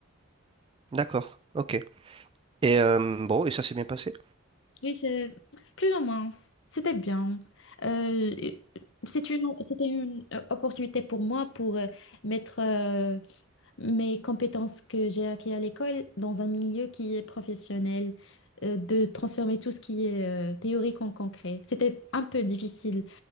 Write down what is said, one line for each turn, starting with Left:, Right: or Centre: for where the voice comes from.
Right: D'accord, ok. Et euh, bon, et ça s'est bien passé?
Left: Oui, c'est plus ou moins. C'était bien. Euh, c'est une, c'était une euh, opportunité pour moi pour euh, mettre euh, mes compétences que j'ai acquises à l'école dans un milieu qui est professionnel, euh, de transformer tout ce qui est euh, théorique en concret. C'était un peu difficile